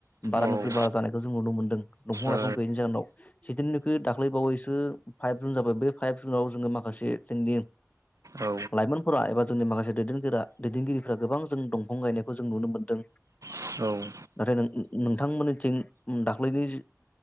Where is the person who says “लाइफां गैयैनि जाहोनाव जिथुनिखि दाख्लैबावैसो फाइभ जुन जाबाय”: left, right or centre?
Left